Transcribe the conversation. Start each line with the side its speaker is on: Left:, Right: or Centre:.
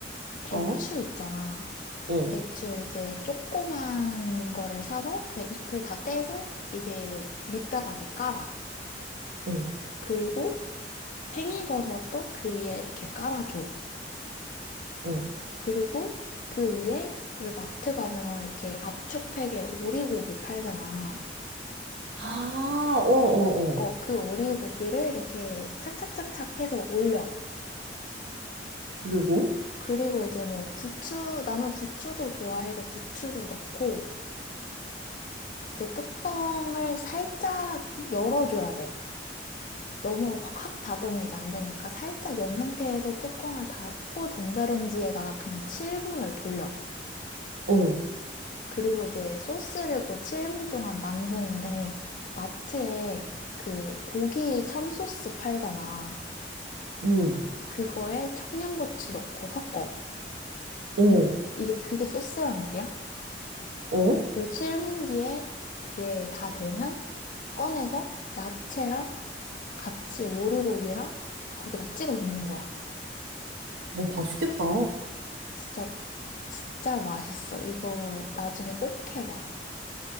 Left: 배추
Right: 어,
Left: 있잖아.
Right: 어,
Left: 배추 이제 조그만 거를 사서 그냥 잎을 다 떼서 이제 밑바닥에 깔아.
Right: 어,
Left: 그리고 팽이버섯도 그 위에 이렇게 깔아줘.
Right: 어.
Left: 그리고 그 위에 우리 마트 가면 이렇게 압축팩에 오리고기 팔잖아.
Right: 아, 어, 어,
Left: 어,
Right: 어.
Left: 그 오리고기를 이렇게 착착착착 해서 올려.
Right: 그리고,
Left: 그리고 이제 뭐 부추, 나는 부추도 좋아해서 부추도 넣고, 이제 뚜껑을 살짝 열어줘야 돼. 너무 확확 닫으면 이제 안 되니까 살짝 연 상태에서 뚜껑을 닫고 전자레인지에다가 그냥 7분을 돌려.
Right: 어,
Left: 그리고 이제 소스를 그 7분 동안 만드는데 마트에 그 고기 참소스 팔잖아.
Right: 응,
Left: 그거에 청양고추 넣고 섞어.
Right: 어,
Left: 이제 그게 소스란 말이야.
Right: 어.
Left: 그리고 7분 뒤에 그게 다 되면 꺼내서 야채랑 같이 오리고기랑 거기다 찍어 먹는 거야.
Right: 어, 맛있겠다.
Left: 진짜, 진짜 맛있어. 이거 나중에 꼭 해봐.